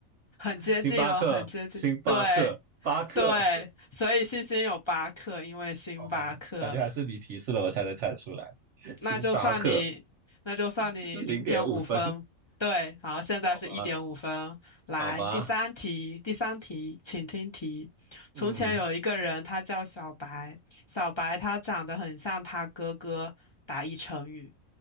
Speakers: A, on the left; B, on the right.
A: 很接近了，
B: 星巴克，
A: 很接近。
B: 星巴克，
A: 对
B: 巴克，
A: 对，
B: <laughs>
A: 所以星星有八颗，因为星巴克。
B: 好吧，感觉还是你提示了我才能猜出来。<laughs> 星巴克
A: 那就算你，那就算你零点五分。
B: <laughs> 零点五分，
A: 对，好，现在是一点五分。
B: 好吧，
A: 来，
B: 好吧，
A: 第三题，第三题，请听题。
B: 嗯，
A: 从前有一个人，他叫小白，小白他长得很像他哥哥。打一成语，